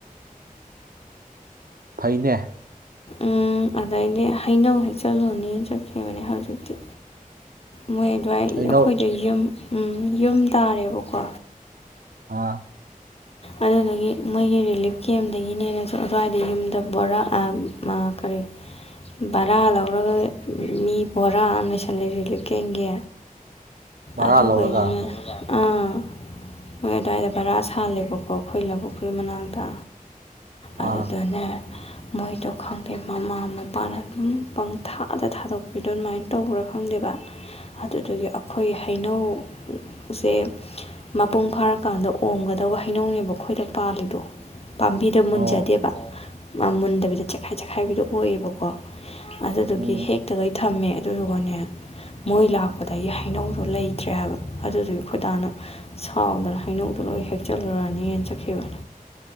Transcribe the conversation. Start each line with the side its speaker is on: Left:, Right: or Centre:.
Right: ꯐꯩꯅꯦ
Left: ꯎꯝ ꯑꯗꯩꯗꯤ ꯍꯩꯅꯧ ꯍꯦꯛ ꯆꯠꯂꯨꯅꯦꯅ ꯆꯠꯈꯤꯕꯅꯦ ꯍꯧꯖꯤꯛꯇꯤ ꯃꯣꯏ ꯑꯗꯨꯋꯥꯏ ꯑꯩꯈꯣꯏꯗ
Right: ꯍꯩꯅꯧ
Left: ꯌꯨꯝ ꯎꯝ ꯌꯨꯝ ꯇꯥꯔꯦꯕꯀꯣ
Right: ꯑ
Left: ꯑꯗꯨꯗꯨꯒꯤ ꯃꯣꯏꯒꯤ ꯔꯤꯂꯤꯞ ꯀꯦꯝꯗꯒꯤꯅꯦꯅꯁꯨ ꯑꯗꯨ꯭ꯋꯥꯏꯗ ꯌꯨꯝꯗ ꯕꯣꯔꯥ ꯑ ꯎꯝ ꯀꯔꯤ ꯕꯔꯥ ꯂꯧꯔꯒ ꯃꯤ ꯕꯣꯔꯥ ꯑꯃ ꯂꯩꯁꯜꯂꯦ ꯔꯤꯂꯤꯞ ꯀꯦꯝꯒꯤ
Right: ꯕꯔꯥ
Left: ꯑꯗꯨꯒꯩꯗꯨꯅ
Right: ꯂꯧꯔꯒ
Left: ꯑꯥ ꯃꯣꯏ ꯑꯗꯨꯋꯥꯏꯗ ꯕꯔꯥ ꯁꯥꯜꯂꯦꯕꯀꯣ ꯑꯩꯈꯣꯏ ꯂꯧꯕꯨꯛꯀꯤ ꯃꯅꯥꯛꯇ ꯑꯗꯨꯗꯅꯦ
Right: ꯑꯥ
Left: ꯃꯣꯏꯗꯣ ꯈꯪꯗꯦ ꯃꯃꯥ ꯃꯄꯥꯅ ꯑꯗꯨꯝ ꯄꯪꯊꯥꯗ ꯊꯥꯗꯣꯛꯄꯤꯗꯣ ꯑꯗꯨꯃꯥꯏꯅ ꯇꯧꯕ꯭ꯔꯥ ꯈꯪꯗꯦꯕ ꯑꯗꯨꯗꯨꯒꯤ ꯑꯩꯈꯣꯏ ꯍꯩꯅꯧ ꯎꯁꯦ ꯃꯄꯨꯡ ꯐꯥꯔꯀꯥꯟꯗ ꯑꯣꯝꯒꯗꯧꯕ ꯍꯩꯅꯧꯅꯦꯕ ꯑꯈꯣꯏꯗ ꯄꯥꯜꯂꯤꯗꯣ ꯄꯥꯝꯕꯤ ꯃꯨꯟꯖꯗꯦꯕ
Right: ꯑꯣ
Left: ꯃꯨꯟꯗꯕꯤꯗ ꯆꯦꯈꯥꯏ ꯆꯦꯈꯥꯏꯕꯤꯗꯣ ꯑꯣꯏꯌꯦꯕꯀꯣ ꯑꯗꯨꯗꯨꯒꯤ
Right: ꯎꯝ
Left: ꯍꯦꯛꯀꯗꯣꯏ ꯊꯝꯃꯦ ꯑꯗꯨꯗꯨꯒꯅꯦ ꯃꯣꯏ ꯂꯥꯛꯄꯗꯩꯩ ꯍꯩꯅꯧꯗꯣ ꯂꯩꯇ꯭ꯔꯦ ꯍꯥꯏꯕ ꯑꯗꯨꯗꯨꯒꯤ ꯈꯣꯏꯗꯥꯅ ꯁꯥꯎꯗꯅ ꯍꯩꯅꯧꯗꯨ ꯂꯣꯏ ꯍꯦꯛꯆꯜꯂꯨꯔꯅꯤꯅ ꯆꯠꯈꯤꯕ